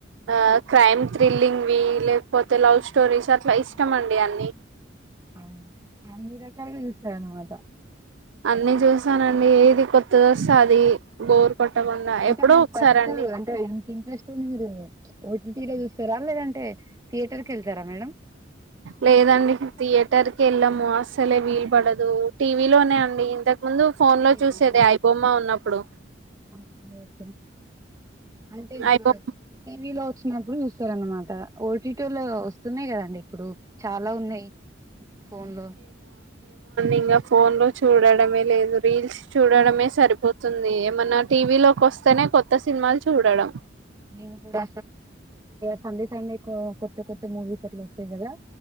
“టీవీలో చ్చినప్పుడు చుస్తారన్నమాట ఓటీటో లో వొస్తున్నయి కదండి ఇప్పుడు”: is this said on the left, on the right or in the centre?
Right